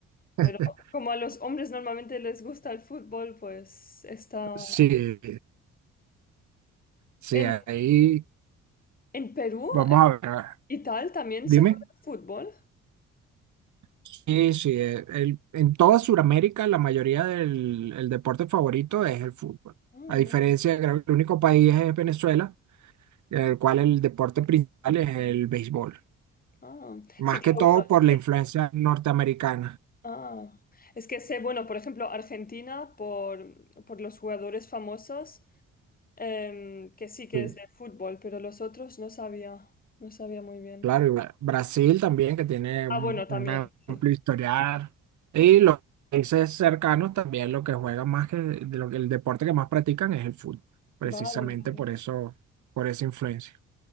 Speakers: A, on the left (about 30°); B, on the right (about 70°).
A: Pero
B: <laughs>
A: como a los hombres normalmente les gusta el fútbol, pues está.
B: Sí, sí,
A: En,
B: ahí
A: en Perú
B: vamos
A: eh,
B: a ver.
A: y tal también
B: Dime.
A: se juega fútbol.
B: Sí, sí, eh, el- en toda Sudamérica la mayoría del el deporte favorito es el fútbol.
A: Ah,
B: A diferencia,
A: vale.
B: creo que el único país es Venezuela, en el cual el deporte principal es el béisbol.
A: Ah,
B: Más
A: sí, claro,
B: que todo
A: bueno,
B: por la
A: sí.
B: influencia norteamericana.
A: Ah, es que sé, bueno, por ejemplo, Argentina, por, por los jugadores famosos, em, que sí que
B: Sí.
A: es de fútbol, pero los otros no sabía, no sabía muy bien.
B: Claro, y Bra- Brasil también, que tiene
A: Ah,
B: un
A: bueno, también,
B: un
A: sí.
B: amplio historial. Y los países cercanos también lo que juegan más que de lo que el deporte que más practican es el fútbol, precisamente
A: Vale, vale.
B: por eso, por esa influencia.